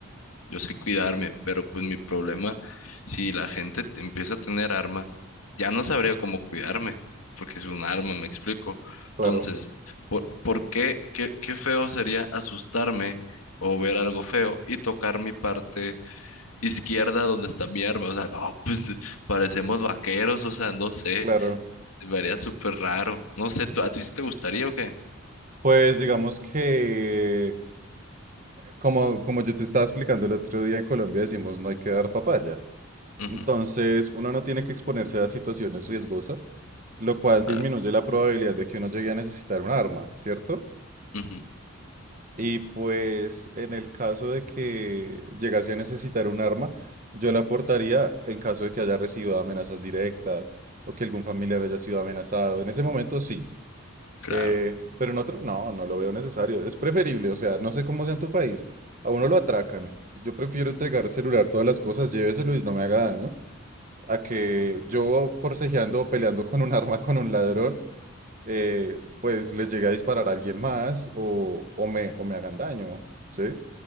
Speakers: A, on the left; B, on the right.
A: yo sé cuidarme, pero pues mi problema, si la gente te- empieza a tener armas, ya no sabría cómo cuidarme, porque es un arma, me explico.
B: Claro,
A: Entonces, ¿por, por qué, qué, qué feo sería asustarme o ver algo feo y tocar mi parte izquierda donde está mi arma? O sea, no, pues de- parecemos vaqueros, o sea, no sé,
B: claro.
A: me haría súper raro. No sé, ¿tú- ¿a ti sí te gustaría o qué?
B: Pues digamos que... Como, como yo te estaba explicando el otro día en Colombia, decimos no hay que dar papaya.
A: Ujú,
B: Entonces, uno no tiene que exponerse a situaciones riesgosas, lo cual disminuye
A: ah,
B: la probabilidad de que uno llegue a necesitar un arma, ¿cierto?
A: ujú.
B: Y pues en el caso de que llegase a necesitar un arma, yo la aportaría en caso de que haya recibido amenazas directas o que algún familiar haya sido amenazado. En ese momento sí,
A: Claro,
B: eh, pero en otro, no, no lo veo necesario. Es preferible, o sea, no sé cómo sea en tu país. A uno lo atracan. Yo prefiero entregar celular, todas las cosas, lléveselo y no me haga daño, a que yo forcejeando o peleando con un <laughs> arma con un ladrón, eh, pues les llegue a disparar a alguien más o, o me, o me hagan daño. ¿Sí?